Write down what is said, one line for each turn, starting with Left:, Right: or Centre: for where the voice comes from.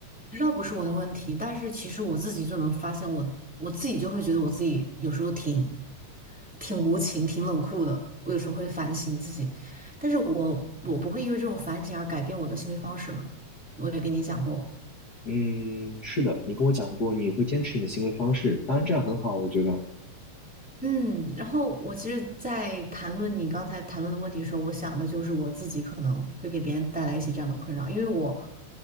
Centre: 知道不是我的问题，但是其实我自己就能发现我我自己就会觉得我自己有时候挺挺无情、挺冷酷的。我有时候会反省自己，但是我我不会因为这种反省而改变我的行为方式嘛。我也跟你讲过。
Left: 嗯，是的，你跟我讲过你会坚持你的行为方式，当然这样很好，我觉得。
Centre: 嗯，然后我其实，在谈论你刚才谈论的问题的时候，我想的就是我自己可能会给别人带来一些这样的困扰，因为我，